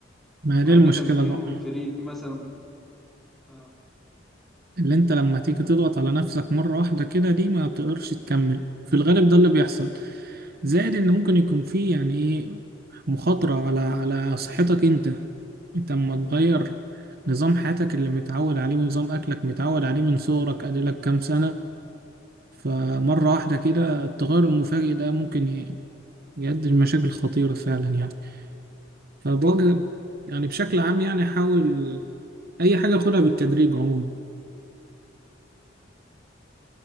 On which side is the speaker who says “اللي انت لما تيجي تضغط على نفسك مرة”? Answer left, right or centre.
Right